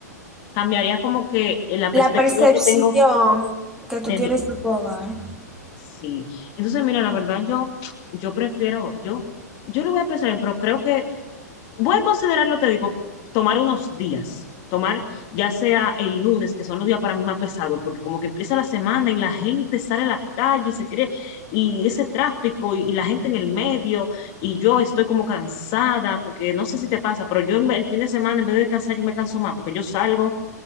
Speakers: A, on the left; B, in the centre.
A: cambiaría como que la
B: La
A: perspectiva
B: percepción
A: que tengo
B: que tú
A: de
B: tienes
A: mi,
B: de tu hogar.
A: sí. Entonces, mira, la verdad, yo, yo prefiero, yo, yo lo voy a pensar, pero creo que voy a considerarlo, te digo, tomar unos días. Tomar ya sea el lunes, que son los días para mí más pesados, porque como que empieza la semana y la gente sale a la calle y se cree, y ese tráfico y, y la gente en el medio, y yo estoy como cansada, porque no sé si te pasa, pero yo en vez- el fin de semana, en vez de descansar, yo me canso más, porque yo salgo,